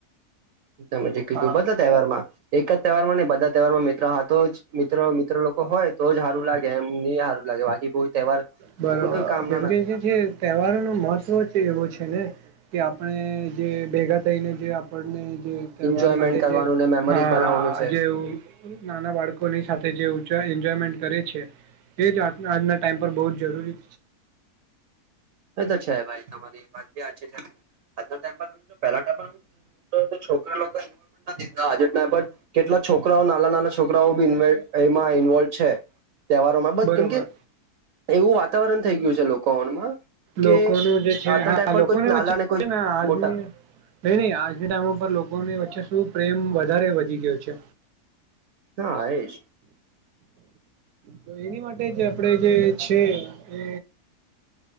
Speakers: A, on the right (about 65°); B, on the right (about 80°).
A: તમે જે કીધું
B: હા
A: બધા તહેવારમાં, એક જ તહેવારમાં ની બધા તહેવારમાં મિ ત્ર હાતુ જ. મિત્ર મિત્ર લોકો હોય તો જ હારું લાગે એમ ની હારું લાગે બાકી કોઈ તહેવાર
B: બરોબર
A: એમ કઈ કામના
B: કેમ
A: નથી
B: કે જે છે તહેવારોનું મહત્વ જ એવુ છે ને. કે આપણે જે ભેગા થઈને જે આપડને જે તહેવાર
A: એન્જોયમેન્ટ
B: માટે
A: કરવાનું
B: જે
A: ને મેમરીઝ
B: હા,
A: બનાવવાનું છે
B: જેવું નાના બાળકોની સાથે જે ઉજ એન્જોયમેન્ટ કરે છે તે જ આ આજના ટાઈમ પર બઉ જરૂરી
A: એ તો છે ભાઈ તમારી બી વાતી છે. આજના ટાઈમ પર પહેલાના પણ તો છોકરા લોકો ોમેન્ટ <unintelligible> નાધાજ ના પણ કેટલા છોકરાઓ નાના નાના છોકરાઓ બી એમાં ઈન્વોલ્વ છે. તહેવારોમાં બધ
B: બરોબર
A: કેમ કે એવું વાતાવરણ થઈ ગયું છે લોકોમાં
B: લોકોનું
A: કે
B: જે છે
A: આજના
B: હા
A: ટાઈમ પર
B: લોકોની
A: કોઈ નાલા
B: વચ્ચે
A: કોઈ
B: ને આજની
A: મોટા
B: નઈ નહી આજના ટાઈમ ઉપ લોકોની વચ્ચે શું પ્રેમ વધારે વધી ગયો છે.
A: હા, એ જ.
B: તો એની માટે જ આપડે જે છે એ,